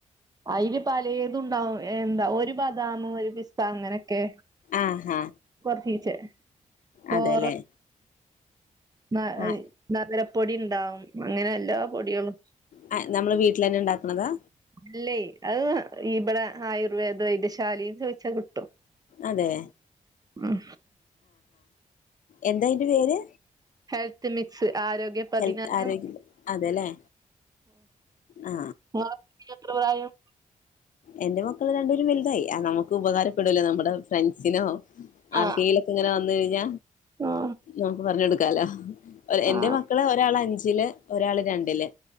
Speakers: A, on the right; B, on the left.
A: അയില് പലേതുണ്ടാവും എന്താ ഒരു ബദാം ഒരു പിസ്ത അങ്ങനെ ക്കെ
B: ആഹാ
A: കൊറച്ചീസച്ചേ കോറ
B: അതെല്ലേ
A: ന
B: ആ
A: നഗരപ്പൊടി ഇണ്ടാവും അങ്ങനെ എല്ലാ പൊട്യേളും
B: ആ നമ്മള് വീട്ടിൽ തന്നെ ഉണ്ടാക്കണ്താ
A: അല്ലേ അഹ് ഇവിടെ ആയുർവേദ വൈദ്യശാല ചോയ്ച്ചാ കിട്ടും
B: അതെ
A: ഉം
B: എന്തഅയ്ന്റെ പേര്
A: ഹെൽത്ത് മിക്സ് ആരോഗ്യ പതിനാറ്
B: ഹെൽത്ത് ആരോഗ്യ അതെല്ലേ ആ
A: ആ എത്രായം
B: എന്റെ മക്കൾ രണ്ടുപരും വലുതായി നമുക്ക് ഉപകാരപ്പെടൂലേ നമ്മുടെ ഫ്രണ്ട്സിനോ ആർ
A: ആ
B: കീഴക്കെ ഇങ്ങനെ വന്ന കഴിഞ്ഞ
A: ആ
B: നമുക്ക് പറഞ്ഞ കൊടുക്കാലോ എന്റെ
A: ആ
B: മക്കള് ഒരാള് അഞ്ചില് ഒരാള് രണ്ടില്